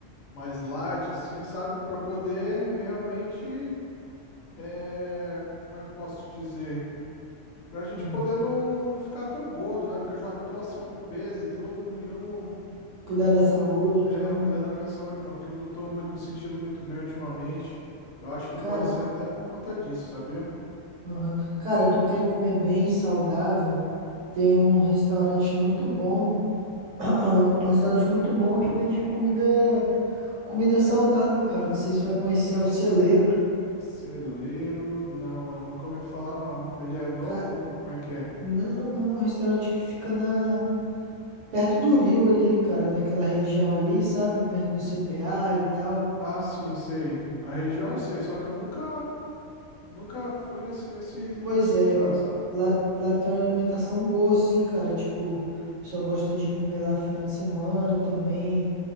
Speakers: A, on the left; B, on the right.
A: mais light assim, sabe, Pra poder realmente é, como é que eu posso te dizer? Pra gente
B: Ah.
A: poder não, não, não ficar tão gordo, né? Porque eu já tô acima do peso e tudo, e eu não
B: Cuidar da saúde, então.
A: É, cuidar da minha saúde, mano, que eu não tô muito, me sentindo muito bem ultimamente. Eu acho que
B: Cara,
A: pode ser até por conta disso, sabia?
B: aham. Cara, tu quer comer bem, saudável? Tem um restaurante muito bom. <clears throat> Um restaurante muito bom que vende comida. Comida saudável, cara. Não sei se você vai conhecer é o Celeiro.
A: Celeiro, não, mano, nunca ouvi falar não. Ele é novo?
B: Cara,
A: Como é que é?
B: não, não. É um restaurante que fica na... perto do rio ali, cara. Naquela região ali, sabe? Perto do CPA e tal.
A: Ah, sim, sei. A região eu sei, só que eu nunca, nunca fui nesse, nesse,
B: Pois
A: nesse
B: é.
A: lugar, sabe?
B: Lá, lá tem uma alimentação boa, sim, cara. Tipo, o pessoal gosta de comer lá final de semana também.